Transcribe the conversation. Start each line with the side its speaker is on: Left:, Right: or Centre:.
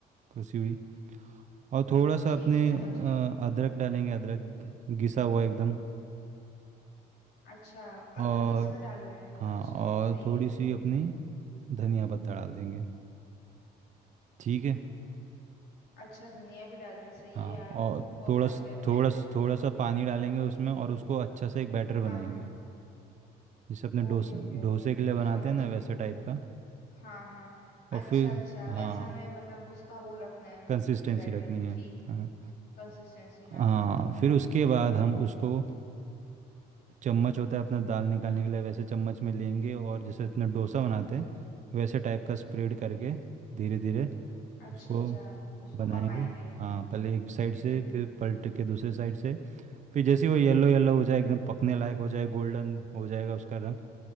Right: कसी हुई और थोड़ा सा
Left: ठीक
Right: अपने
Left: है समझ
Right: अ,
Left: गए
Right: अदरक डालेंगे अदरक घिसा हुआ एकदम
Left: अच्छा
Right: और
Left: अदरक घिसका डालना है
Right: हाँ
Left: अच्छा
Right: और
Left: सही
Right: थोड़ी
Left: है
Right: सी
Left: फिर
Right: अपनी धनिया पत्ता डाल देंगे ठीक है
Left: अच्छा धनिया भी डालना है सही
Right: हाँ
Left: है यार
Right: और
Left: परफेक्ट
Right: थोड़ा स-
Left: है
Right: थोड़ा
Left: फिर
Right: स- थोड़ा सा पानी डालेंगे उसमें और उसको अच्छा से एक बैटर बनाएंगे
Left: हाँ हाँ
Right: जिसे अपने
Left: ओके
Right: डोसे
Left: ओके
Right: डोसे
Left: ओके
Right: के लिए बनाते
Left: समझ
Right: हैं ना
Left: गए
Right: वैसे टाइप का
Left: हाँ हाँ अच्छा
Right: और फिर
Left: अच्छा
Right: हाँ
Left: वैसा हमें मतलब उसका वो रखना है
Right: कंसिस्टेंसी
Left: बैटर
Right: रखनी है
Left: ठीक है
Right: हाँ
Left: कंसिस्टेंसी हाँ
Right: हाँ फिर उसके बाद हम उसको चम्मच होता है अपना दाल निकालने के लिए वैसे चम्मच में लेंगे और जैसे अपना डोसा बनाते हैं वैसे टाइप का स्प्रेड करके धीरे धीरे
Left: अच्छा
Right: उसको
Left: अच्छा उसको
Right: बनाएंगे
Left: पकाएंगे
Right: हाँ पहले एक साइड से
Left: हम्म हम्म
Right: फिर पलट के दूसरे साइड से फिर जैसे ही वो येलो येलो हो जाए एकदम पकने लायक हो जाए गोल्डन हो जाएगा उसका रंग